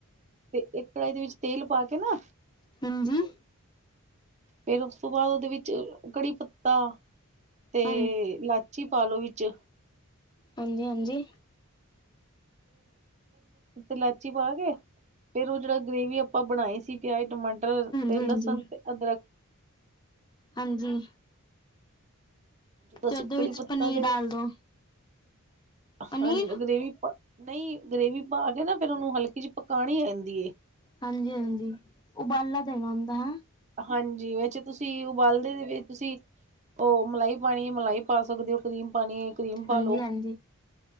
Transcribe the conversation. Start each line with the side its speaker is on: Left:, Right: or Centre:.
Right: ਤੇ ਇੱਕ ਕੜਾਹੀ ਦੇ ਵਿੱਚ ਤੇਲ ਪਾ ਕੇ ਨਾ
Left: ਹਮ ਹਮ
Right: ਫੇਰ ਉਸ ਤੋਂ ਬਾਅਦ, ਉਹਦੇ ਵਿੱਚ ਕੜੀ ਪੱਤਾ ਤੇ-----ਲਾਚੀ
Left: ਹਾਂਜੀ-ਹਾਂਜੀ। ਹਾਂਜੀ-ਹਾਂਜੀ-ਹਾਂਜੀ।
Right: ਪਾਲੋ ਵਿੱਚ
Left: ਹਾਂਜੀ ਹਾਂਜੀ
Right: ਫਿਰ ਲਾਚੀ ਪਾ ਕੇ, ਫੇਰ ਉਹ ਜਿਹੜਾ ਗ੍ਰੇਵੀ ਅਪ ਆਪਾਂ ਬਣਾਈ ਸੀ ਪਿਆਜ, ਟਮਾਟਰ, ਤੇ
Left: ਹਾਂਜੀ
Right: ਲਸਣ,
Left: ਹਾਂਜੀ
Right: ਤੇ ਅਦਰਕ
Left: ਹਾਂਜੀ
Right: ਜਦੋਂ
Left: ਤੇ
Right: ਅਸੀਂ
Left: ਉਹਦੇ
Right: ਕੜੀ
Left: ਵਿੱਚ
Right: ਪੱਤਾ
Left: ਪਨੀਰ ਡਾਲ ਦੋ
Right: ਹਾਂ
Left: ਪਨੀਰ
Right: ਗਰੇਵੀ ਪਾ, ਨਹੀਂ ਗਰੇਵੀ ਪਾ ਕੇ ਨਾ ਫ਼ਿਰ ਉਹਨੂੰ ਹਲਕੀ ਜੀ ਪਕਾਉਣੀ ਰਹਿੰਦੀ ਐ
Left: ਹਾਂਜੀ ਹਾਂਜੀ, ਉਬਾਲਾ ਦੇਣਾ ਹੋਂਦਾ ਹੈ?
Right: ਹਾਂਜੀ ਵਿੱਚ ਤੁਸੀਂ ਉਬਾਲਦੇ ਦੇ ਵਿੱਚ ਤੁਸੀਂ ਉਹ ਮਲਾਈ ਪਾਣੀ ਏ, ਮਲਾਈ ਪਾ ਸਕਦੇ ਹੋ, ਕਰੀਮ ਪਾਣੀ ਏ ਕਰੀਮ ਪਾਲੋ
Left: ਹਾਂਜੀ-ਹਾਂਜੀ।